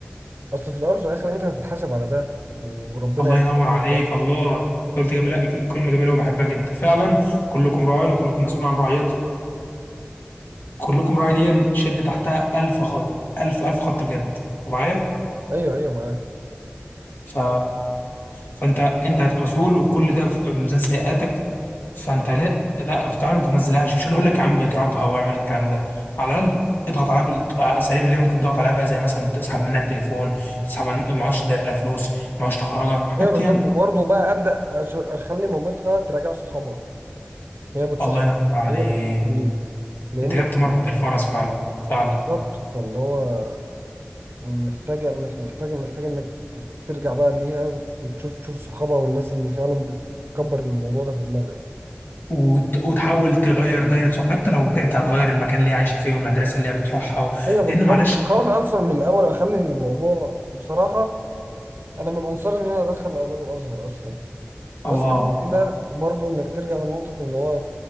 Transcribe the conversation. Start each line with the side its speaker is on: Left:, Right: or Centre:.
Right: اصل في الاول وفي الاخر انت هتتحاسب على ده وربنا
Left: الله
Right: يعلم
Left: ينور عليك
Right: على ده
Left: الله انت قلت جميله كلمه جميله وبحبها جدا فعلا كلكم راع وكلكم مسؤول عن رعيته كلكم راعي دي شد تحتها ألف خط ألف ألف خط بجد انت معايا
Right: ايوه ايوه معاك
Left: ف... فانت انت هتبقى مسؤول وكل ده في ميزان سيئاتك فانت لا لا تعالى ما تنزلهاش مش هنقول لك يا عم اضربها واعمل الكلام ده على الاقل اضغط عليها بالاساليب اللي ممكن تضغط عليها بقى زي مثلا تسحب منها التليفون تسحب عن- معهاش تديها فلوس معهاش تخرجها الحاجات
Right: ايوه
Left: دي
Right: بالظبط وبرضه بقى ابدا أش- اخلي مامتها تراجع صحابها هي بتصاحب
Left: الله ينور عليك
Right: مين، هي بتشوف مين لان
Left: انت جبت مربط الفرس فعلا فعلا
Right: بالظبط فاللي هو محتاجه مح- محتاجه محتاجه انك ت- ترجع بقى ليها وتشوف تشوف صحابها والناس اللي فعلا بت- بتكبر الموضوع ده في دماغها
Left: وت- وتحاول تغير دايرة صح حتى لو بجد هتغير المكان اللي هي عايشه فيه والمدرسه اللي هي بتروحها و...
Right: ايوه بالظبط
Left: لان معلش
Right: بحاول اصلا من الاول اخلي الموضوع بصراحه انا من انصار ان انا ادخل اولاد الازهر اصلا
Left: الله
Right: بس المشكلة برضو إنك ترجع لنقطة إن هو